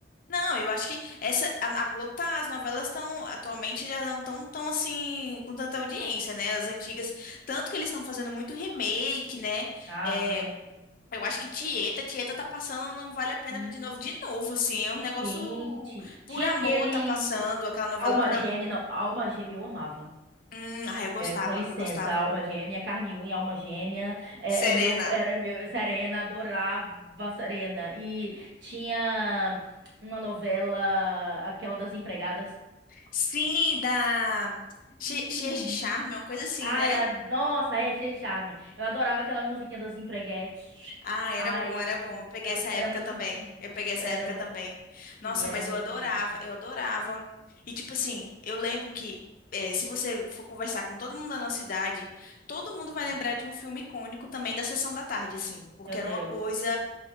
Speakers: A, on the left; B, on the right.
A: Não, eu acho que essa a, a Globo tá, as novelas estão atualmente já não estão tão tão, assim com tanta audiência, né? As antigas, tanto que eles estão fazendo muito remake, né?
B: Ah.
A: É, eu acho que Tieta,
B: é,
A: Tieta tá passando, não vale a pena
B: Hum,
A: ver de novo, de novo, assim, é
B: gente,
A: um negócio por
B: tinha
A: amor
B: aquele
A: tá passando, aquela novela
B: Alma
A: por
B: Gêmea,
A: amor.
B: não, Alma Gêmea eu amava.
A: Hum, ah, eu gostava,
B: Com licença,
A: eu gostava.
B: alma gêmea, carne e unha, alma gêmea, é,
A: Serena.
B: é meu, era meu, Serena, adorava Serena. E tinha uma novela, aquela das empregadas.
A: Sim, da Che-
B: Hum.
A: Cheia de Charme, uma coisa assim,
B: Ai,
A: né?
B: a- nossa, é cheio de charme. Eu adorava aquela musiquinha das empreguetes.
A: Ah,
B: Ai,
A: era bom, era bom. Eu peguei
B: era,
A: essa época
B: era muito
A: também.
B: bonito.
A: Eu peguei essa
B: Era,
A: época
B: mu-
A: também. Nossa,
B: e era
A: mas
B: muito
A: eu adorava,
B: bonito. assim.
A: eu adorava. E tipo assim, eu lembro que eh, se você for conversar com todo mundo da nossa idade, todo mundo vai lembrar
B: Uhum.
A: de um filme icônico também da Sessão da Tarde, assim, porque
B: Meu Deus.
A: era uma coisa